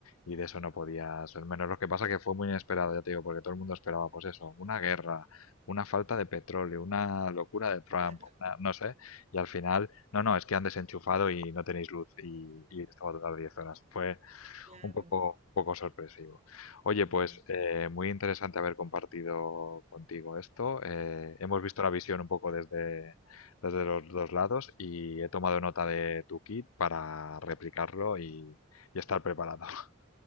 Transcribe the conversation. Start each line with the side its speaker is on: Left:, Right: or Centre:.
Left: y de eso no podía ser menos. Lo que pasa que fue muy inesperado, ya te digo, porque todo el mundo esperaba, pues eso, una guerra, una falta de petróleo, una locura de Trump,
Right: claro,
Left: una- no sé, y al final, no, no, es que han desenchufado y no tenéis luz y, y esto va a durar 10 horas. Fue
Right: claro.
Left: un poco, un poco sorpresivo. Oye,
Right: Mm.
Left: pues eh, muy interesante haber compartido contigo esto. Eh, hemos visto la visión un poco desde, desde los dos lados y he tomado nota de tu kit para replicarlo y, y estar preparado. <laughs>